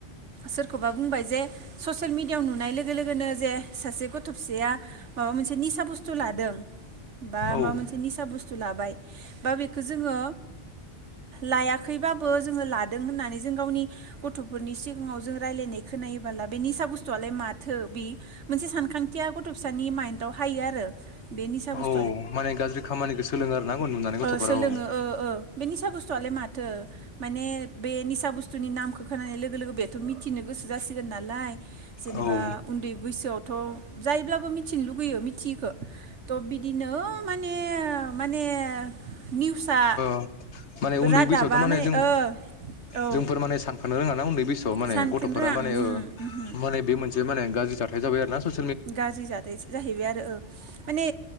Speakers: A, on the right (about 75°); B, on the left (about 70°).
A: सोरखौबा बुंबाय जे ससेयेल मिडियाआव नुनाय लोगो लोगोनो जे सासे गथ' फिसाया माबा मोनसे निसा बुस्थु लादों बा माबा
B: औ
A: मोनसे निसा बुस्थु लाबाय बा बेखौ जोङो लायाखैबाबो जोङो लादों होननानै जों गावनि गथ'फोरनि सिगाङाव जों रायजलायनाय खोननायोबोला बे निसा बुस्थुआलाय माथो बे मोनसे सानखांथिया गथ' फिसानि माइन्दाव हायो आरो बे निसा बुस्थु
B: औ माने गाज्रि खामानिखौ सोलोङो आरो ना नुनानै गथ'फोरा
A: ओ सोलोङो
B: औ
A: ओ ओ बे निसा बुस्थुआलाय माथो माने बे निसा बुस्थुनि नामखौ खोनानाय लोगो लोगो बेथ' मिथिनो गोसो जासिगोन नालाय जेनेबा
B: औ ओ
A: उन्दै बैसोआवथ' जायब्लाबो मिथिनो लुगैयो मिथियैखो थ बिदिनो माने माने निउसआ
B: माने
A: रादाबा
B: उन्दै बैसोआवथ' माने जों
A: ओ औ
B: जोंफोर माने सानखानो रोङा। ना उन्दै बैसो। माने
A: सानखोनो
B: गथ'फोरा
A: रोङा
B: माने
A: ओमहो
B: ओ
A: ओमहो
B: बे मोनसे माने गाज्रि जाथाय जाबाय आरो ससेल
A: गाज्रि जाथाय जाहैबाय आरो माने